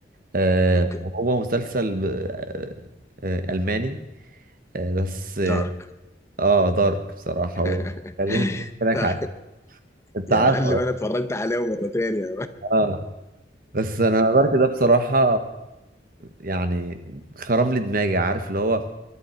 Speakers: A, on the right; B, on the left.
A: آه
B: اوكي
A: وهو مسلسل ب... آه آه الماني آه بس
B: دارك
A: اه دارك بصراحة
B: <laughs>
A: هو خليني احكي لك
B: ده
A: عليه انت
B: يا
A: عارفه
B: معلم انا اتفرجت عليه مرتين يا
A: اه بس انا دارك ده بصراحه يعني خرم لي دماغي عارف اللي هو